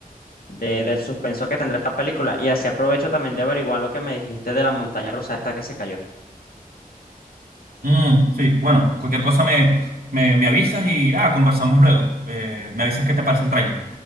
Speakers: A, on the left (about 80°); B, on the right (about 80°).
A: del suspenso que tendrá esta película. Y así aprovecho también de averiguar lo que me dijiste de la montaña rusa esta que se cayó.
B: Mm, sí, bueno, cualquier cosa me, me, me avisas y nada, conversamos luego. Eh, me avisas qué te parece el tráiler.